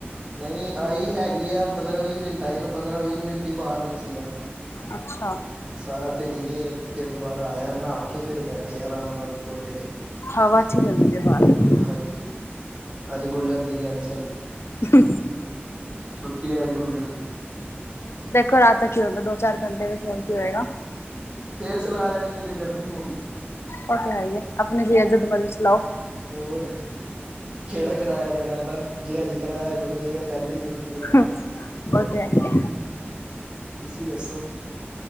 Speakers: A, on the right (about 25°); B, on the left (about 80°).
A: ਨਹੀਂ ਆਹੀ ਹੈਗੀ ਆ ਪੰਦਰਾਂ ਵੀਹ ਮਿੰਟ। ਟਾਈਮ ਪੰਦਰਾਂ ਵੀਹ ਮਿੰਟ ਹੀ ਬਾਹਰ ਸੀਗਾ
B: ਅੱਛਾ
A: ਸਾਰਾ ਭੇਜ ਕੇ। ਫਿਰ ਦੁਬਾਰਾ ਆਇਆ ਨਹਾ ਕੇ ਫਿਰ ਬੈਠਿਆ ਆਰਾਮ ਨਾਲ ਕੋਠੇ ਦੇ
B: ਹਾਂਵਾ ਅੱਛੀ ਚਲਦੀ ਪ ਬ
A: ਹਾਂਜੀ ਅੱਜ ਕੂਲਰ ਦੀ ਕੈਂਸਲ
B: ਹਠ।
A: ਛੁੱਟੀ ਹੈ ਅਜ ਕੂਲਰ ਦੀ।
B: ਦੇਖੋ ਰਾਤ ਦਾ ਕੀ ਹੁੰਦਾ, ਦੋ- ਚਾਰ ਘੰਟੇ ਵਿੱਚ, ਹੋਰ ਕੀ ਹੋਏਗਾ?
A: ਫੇਰ ਸਲਾਹ ਲੈਣਗੇ, ਜੇ ਗਰਮੀ ਹੋ ਗਈ।
B: ਉਹ ਤੇ ਹੈ ਹੀਏ, ਆਪਣੀ ਲਈ ਜਦ ਮਰਜ਼ੀ ਚਲਾਓ।
A: ਹੋਰ ਕਿਹੜਾ ਕਿਰਾਇਆ ਦੇਣਾ ਤਾਂ, ਜੇ ਅੱਜ ਕਿਰਾਇਆ ਜੁੜ ਜੇਗਾ ਕੱਲ ਨੀ ਜੁੜਨ ਦਾ
B: ਉਹ ਤੇ ਹੈ ਆ
A: ਤੁਸੀਂ ਦੱਸੋ